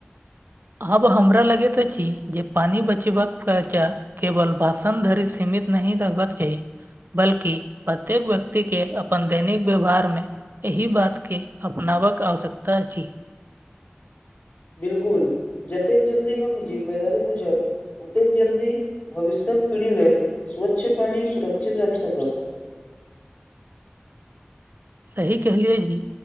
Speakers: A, on the right; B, on the left.
A: आब हमरा लगैत अछि जे पानि बचेबाक फेरचा केवल भाषण धरि सीमित नहि रहबाक चाही बल्कि प्रत्येक व्यक्ति के अपन दैनिक व्यवहार मे एहि बात के अपनावक आवश्यकता अछि
B: बिलकुल जतेक जल्दी हम जिम्मेदारी बुझब ओतेक जल्दी भविष्यक पीढ़ी लेल स्वच्छ पानि सुरक्षित रखि सकब
A: सही कहलियो जी